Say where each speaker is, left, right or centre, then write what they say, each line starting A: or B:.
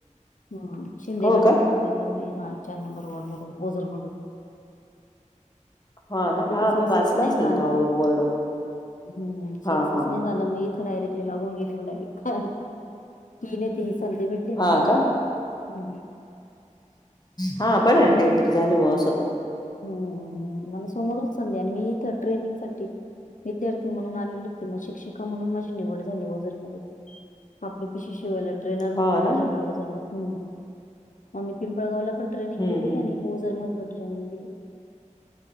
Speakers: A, on the left; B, on the left.
A: ह शिंदे
B: हो
A: गटातून.
B: का?
A: उभी होते हा चार नंबर वॉर्ड मधून ओझर मधून.
B: हा ना
A: क ते
B: हा
A: तर सक्सेस
B: मी वाचलं
A: नाही
B: असेल
A: झालं.
B: नाव बोर्ड
A: हम हम सक्सेस
B: हा हा.
A: नाही झालं. मी इथं डायरेक्टली लागून गेली म्हणाली ख ह ह नाही तरी ही संधी भेटली मग
B: हा
A: मला.
B: का?
A: हम.
B: हा बरं
A: मी इथून
B: काहीतरी झालं बुवा असं.
A: हम्म. मला समोरच संधी आली. मी इथं ट्रेनिंग साठी विद्यार्थी म्हणून आलेले होते. शिक्षिका म्हणून माझी निवड झाली ओजरमध्ये. आपल्या पशी शिवायल्यात. ट्रेनर म्हणून
B: हो ना
A: माझी निवड झाली. मग मी पिंपळगावला पण ट्रेनिंग
B: हं
A: दिली
B: हं.
A: आणि ओझर मध्ये पण ट्रेनिंग दिली.